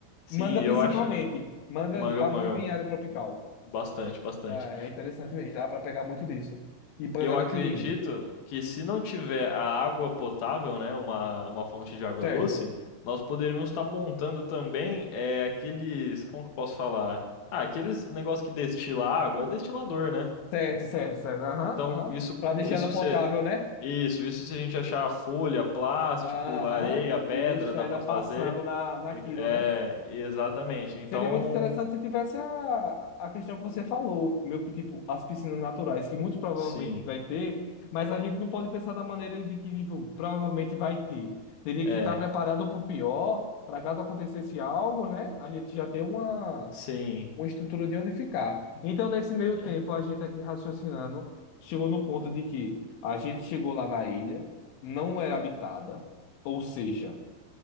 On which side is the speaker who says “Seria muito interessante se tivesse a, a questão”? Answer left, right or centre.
Left